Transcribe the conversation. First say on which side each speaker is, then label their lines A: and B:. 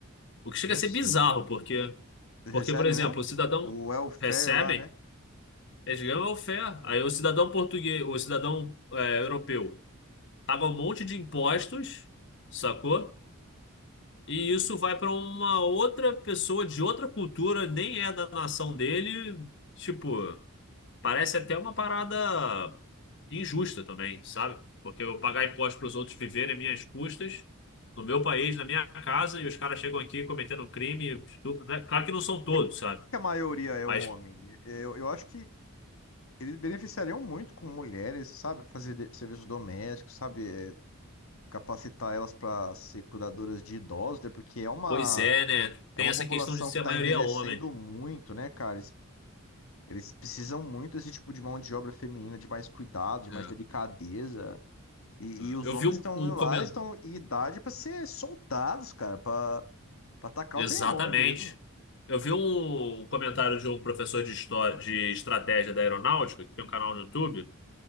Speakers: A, on the left; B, on the left.
A: O que chega
B: Não
A: a ser
B: sei.
A: bizarro, porque,
B: Vocês
A: porque,
B: recebem
A: por exemplo,
B: mesmo?
A: o cidadão
B: O welfare
A: recebem,
B: lá, né?
A: eles ganham welfare. Aí o cidadão português, o cidadão é, europeu, paga um monte de impostos, sacou? E isso vai para uma outra pessoa de outra cultura, nem é da nação dele. Tipo, parece até uma parada e injusta também, sabe? Porque eu pagar imposto para os outros viverem às minhas custas, no meu país, na minha casa, e os caras chegam aqui cometendo crime, estupro, né? Claro que não são
B: Por
A: todos,
B: que
A: sabe?
B: que a maioria é
A: Mas,
B: um homem? Eu, eu acho que Eles beneficiariam muito com mulheres, sabe? Fazer de- serviços domésticos, sabe? É, Capacitar elas para ser cuidadoras de idosos, né? Porque é uma,
A: pois é, né?
B: é
A: Tem
B: uma
A: essa
B: população
A: questão de ser
B: que está
A: a maioria
B: envelhecendo
A: homem.
B: muito, né, cara? Eles, eles precisam muito desse tipo de mão de obra feminina, de mais cuidado, de
A: É,
B: mais delicadeza. E,
A: é.
B: e os
A: Eu
B: homens
A: vi um,
B: estão
A: um
B: lá,
A: comentário.
B: estão em idade para ser soldados, cara, para para atacar
A: Exatamente.
B: o terror mesmo.
A: Eu vi um um comentário de um professor de história, de estratégia da aeronáutica, que tem um canal no YouTube,